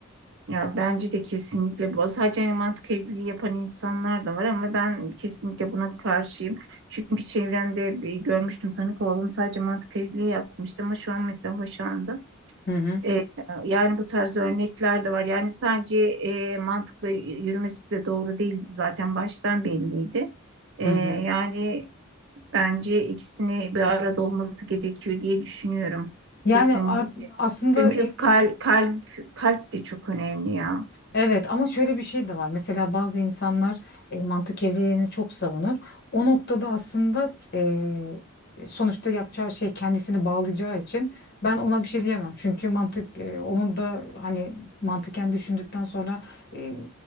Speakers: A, on the right; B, on the left.
A: Ya bence de kesinlikle bu. Sadece hani mantık evliliği yapan insanlar da var ama ben kesinlikle buna karşıyım. Çünkü çevremde bir görmüştüm, tanık oldum. Sadece mantık evliliği yapmıştı ama şu an mesela boşandı.
B: Hı hı,
A: Ee, yani bu tarz örnekler de var. Yani sadece e, mantıkla yürümesi de doğru değildi zaten baştan belliydi. Ee,
B: hı hı.
A: yani bence ikisini bir arada olması gerekiyor diye düşünüyorum.
B: Yani
A: Kesinlikle.
B: ar- aslında
A: Çünkü
B: evlilik
A: kal kalp kalp de çok önemli ya.
B: evet ama şöyle bir şey de var. Mesela bazı insanlar e, mantık evliliğini çok savunur. O noktada aslında e, sonuçta yapacağı şey kendisini bağlayacağı için ben ona bir şey diyemem. Çünkü mantık e, onun da hani mantıken düşündükten sonra e,